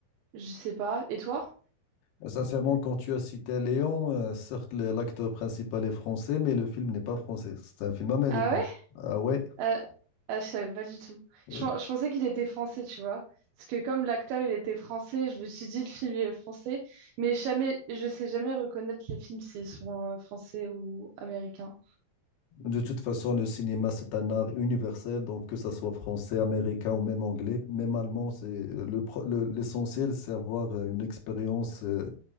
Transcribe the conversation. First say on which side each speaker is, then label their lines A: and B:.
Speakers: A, on the right (about 75°); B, on the left (about 85°).
A: je sais pas. Et toi?
B: Euh, Sincèrement, quand tu as cité Léon, euh, certes, le- l'acteur principal est français, mais le film n'est pas français, c'est un film américain.
A: Ah ouais?
B: Ah ouais?
A: Euh, ah, je savais pas du tout.
B: euh,
A: Je, pen- je pensais qu'il était français, tu vois. Parce que comme l'acteur, il était français, je me suis dit le film est français. Mais jamais, je sais jamais reconnaître les films s'ils sont euh, français ou américains.
B: De toute façon, le cinéma, c'est un art universel, donc que ça soit français, américain ou même anglais, même allemand, c'est le, pro- le- l'essentiel, c'est avoir euh, une expérience euh,